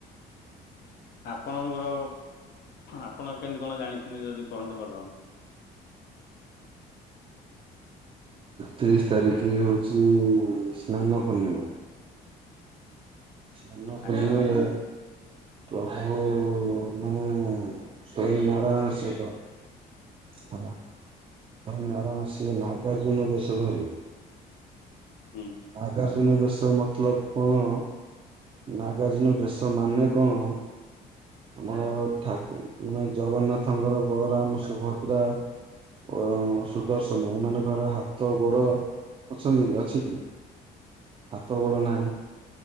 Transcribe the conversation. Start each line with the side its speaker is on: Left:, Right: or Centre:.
Left: ଆପଣଙ୍କର ଆପଣ କେମିତି କଣ ଜାଣିଛନ୍ତି ଯଦି କହନ୍ତେ ଭଲ ହୁଅନ୍ତ।
Right: ତିରିଶ ତାରିଖ ହେଉଛି ସ୍ନାନ ପୂର୍ଣ୍ଣିମା। ସ୍ନାନପୂର୍ଣ୍ଣିମାରେ
Left: ଆଜ୍ଞା
Right: ପ୍ରଭୁ ମୁଁ ସ୍ବୟଂନାରାୟଣ ଶିବ ହେଲା ସ୍ବୟଂ ନାରାୟଣ ସିଏ ନାଗାର୍ଜୁନ ବେଶ ଧରିବେ
Left: ହୁଁ
Right: ନାଗାର୍ଜୁନ ବେଶ ମତଲବ କଣ? ନାଗାର୍ଜୁନ ବେଶ ମାନେ କଣ? ଆମର ଠାକୁ ମାନେ ଜଗନ୍ନାଥଙ୍କର ବଳରାମ ସୁଭଦ୍ରା ଓ ସୁଦର୍ଶନ ଏମାନଙ୍କର ହାତ ଗୋଡ ଅଛନ୍ତି କି ଅଛି କି? ହାତ ଗୋଡ଼ ନାହିଁ